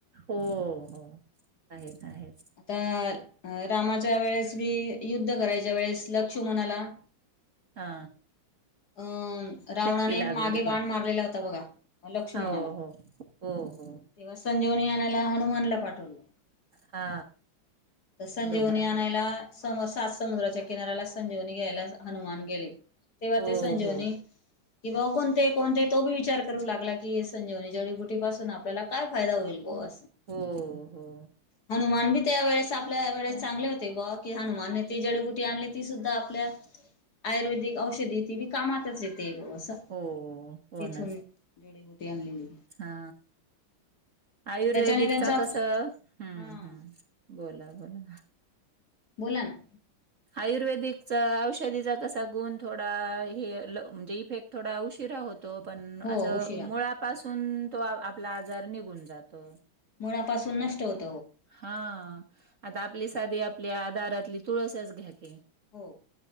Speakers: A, on the right; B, on the left.
A: हो हो होय आहेत. आहेत
B: आता. अ रामाच्या वेळेस मी युद्ध करायच्या वेळेस लक्षुमनाला.
A: हा.
B: अं रावणाने
A: शक्ती लागली
B: मागे
A: होती
B: बाण मारलेला होता बघा लक्षुमनाला.
A: हो हो हो हो
B: तेव्हा संजीवनी आणायला हनुमानला पाठवलं.
A: हा.
B: तर संजीवनी
A: डोंगरावर
B: आणायला सम सात समुद्राच्या किनाऱ्याला संजीवनी घ्यायला जा. हनुमान गेले तेव्हा
A: हो
B: ते संजीवनी
A: हो
B: किंवा आपण. ते कोण ते तो बी विचार करू लागला की संजीवनी जडीबुटी पासून आपल्याला काय फायदा होईल बुआ.
A: होय होय.
B: हनुमान बी त्यावेेळेस आ आपल्या वेळेस चांगले होते बुआ की हनुमानने ती जडीबुटी आणली ती सुद्धा आपल्या. आयुर्वेदिक औषधी ती बी कामातचं येत. ते <unintelligible> असत
A: हो हो
B: तिथून
A: ना
B: जडीबुटी आणलेली.
A: हा. आयुर्वेदिकचा
B: त्याच्याने त्यांचा
A: कसं हम्म
B: हा
A: हम्म बोला बोला.
B: बोला ना.
A: आयुर्वेदिकचा औषधीचा कसा गुण थोडा हे ल म्हणजे इफेक्ट थोडा उशीरा होत. तो, पण
B: हो
A: असं
B: उशिरा
A: मुळापासून तो आ आपला आजार निघून जातो..
B: मुळापासून नष्ट होत.
A: हा आता आपली साधी आपल्या आ दारातली तुळसच घ्या कि.
B: हो.